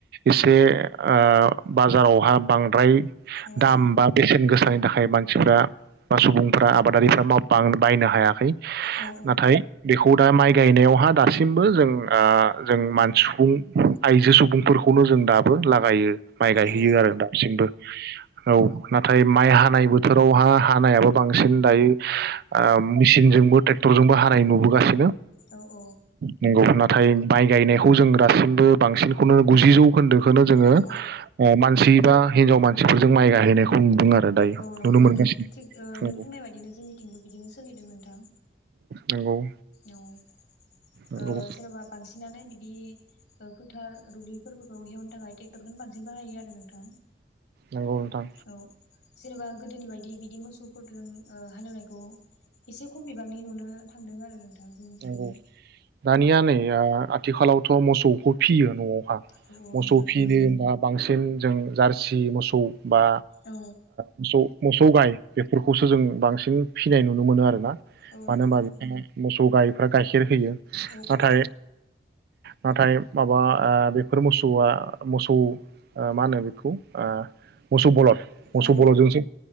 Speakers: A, on the right (about 60°); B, on the left (about 70°).
A: एसे ओ बाजारावहा बांद्राय
B: औ
A: दाम बा बेसेन गोस नि थाखाय मानसिफ्रा बा सुबुं फोरा आबादारिफ्रा मा बां बायनो हायाखै
B: औ
A: नाथाय बे खौ दा माइ गायनायावहा दासिमबो जों जों मान सुबुं आइजो सुबुंफोरखौनो जों दाबो लागायो माइ गाय
B: औ
A: हैयो आरो दासिमबो औ नाथाय माइ हानाय बोथोरावहा हानायाबो बांसिन दायो आ मेसिनजोंबो ट्रेक्टरजोंबो हानाय नुबोगासिनो
B: औ औ
A: नंगौ नाथाय माइ गायनायखौ जों दासिमबो बांसिनखौनो गुजिजौखोन्दो खोनो जोङो
B: औ
A: मानसि दा हिनजाव मानसिफोरजों माइ गायहैनायखौ नुदों आरो दायो
B: औ नंगौ
A: नुनो मोनगासिनो
B: नोंथां थिग ओ नों
A: नंगौ
B: बुंनाय बादिनो जोंनिथिंबो बिदिनो सोलिदों नोंथां
A: नंगौ
B: औ
A: नंगौ
B: जेनबा बांसिनानो बिद बिदि फोथार दुब्लिफोरखौ हेवनो थाखाय ट्रेक्टरखौनो बांसिन बाहायो आरो नोंथां
A: नंगौ नोंथां
B: औ जेनेबा गोदोनि बायदि बिदि मोस सौफोरजों हालेवनायखौ एसे खम बिबांनि नुनो थांदों आरो नोंथां जोंनिथिंबो
A: नंगौ दानिया नै आथिखालावथ मोसौखौ फिसियो नआव
B: औ औ
A: मोसौ
B: नंगौ नोंथां
A: फिनो होनबा बांसिन जों जारसि मोसौ बा
B: औ
A: मोसौ मोसौ गाय बेफोरखौसो जों बांसिन फिसिनाय नुनो मोनो आरोना
B: औ
A: मानो
B: नंगौ
A: होनोबा
B: नोंथां
A: नोंथाङा मोसौ गायफ्रा गाइखेर होयो नाथाय
B: औ औ
A: नाथाय माबा आ बेफोर मोसौआ मोसौ आ मा होनो बेखौ आ मोसौ बलद मोसौ
B: औ
A: बलदजोंसो